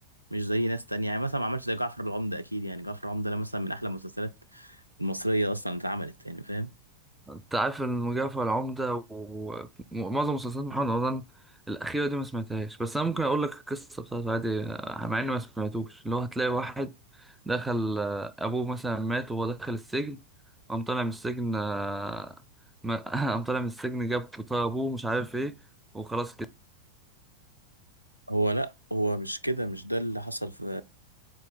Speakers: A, on the left; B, in the centre.
A: مش زي ناس تانية يعني مثلا ما عملش زي جعفر العمدة أكيد يعني جعفر العمدة ده مثلا من أحلى المسلسلات المصرية أصلا اللي اتعملت يعني فاهم
B: انت عارف المجعفر العمدة و- ومعظم مسلسلات محمد رمضان الأخيرة دي ما سمعتهاش بس أنا ممكن أقول لك القصة بتاعته عادي مع إني ما سمعتوش اللي هو هتلاقي واحد دخل آه، أبوه مثلا مات وهو داخل السجن قام طالع من السجن آه، ما- <laughs> قام طالع من السجن جاب طار أبوه مش عارف إيه وخلاص كده
A: هو لا هو مش كده مش ده اللي حصل في